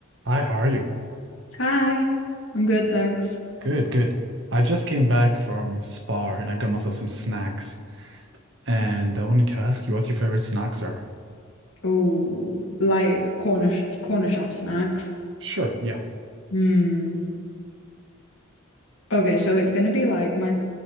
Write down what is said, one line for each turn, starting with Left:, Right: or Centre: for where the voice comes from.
Right: Hi, how are you?
Left: Hi. I'm good, thanks.
Right: Good, good. I just came back from Spa and I got myself some snacks. And I wanted to ask you what your favorite snacks are.
Left: Oh, like corner sh corner shop snacks.
Right: Sure, yeah.
Left: Hmm. Okay, so it's gonna be like my,